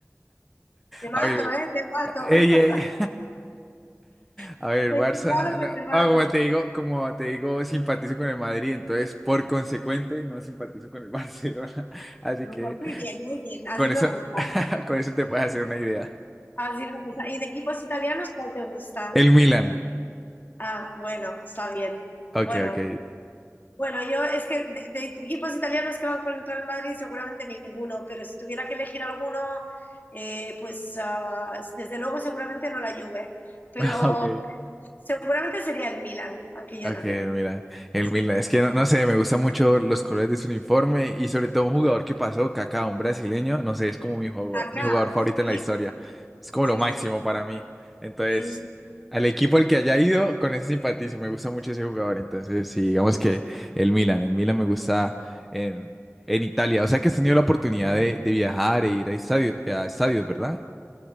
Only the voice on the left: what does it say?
Te mato,
¿eh? Te mato.
<laughs>
Ten
cuidado
que te mato.
Yo,
muy bien, muy bien, así
me gusta,
así me gusta. ¿Y de equipos italianos cuál te gusta?
Ah, bueno, está bien.
Bueno.
Bueno, yo es que de, de equipos italianos que van contra el Madrid seguramente ninguno, pero si tuviera que elegir alguno, eh, pues ah, desde luego seguramente no la Juve, pero
seguramente sería el Milan, aunque yo
también.
Sí,
acá,
sí,
sí,
sí, sí,